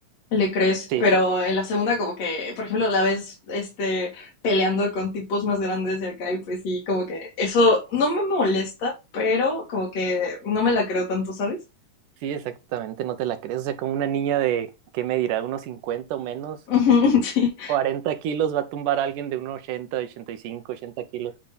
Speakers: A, on the left (about 55°); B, on the right (about 90°).
A: le crees,
B: Sí,
A: pero
B: sí,
A: en la segunda como que, por ejemplo, la ves este peleando con tipos más grandes de acá y pues sí, como que eso no me molesta, pero como que no me la creo tanto, ¿sabes?
B: sí, exactamente, no te la crees. O sea, como una niña de, ¿qué me dirá? Unos 50 o menos,
A: <laughs> Ujú, Sí.
B: 40 kilos va a tumbar a alguien de unos ochenta, ochenta y cinco, ochenta kilos,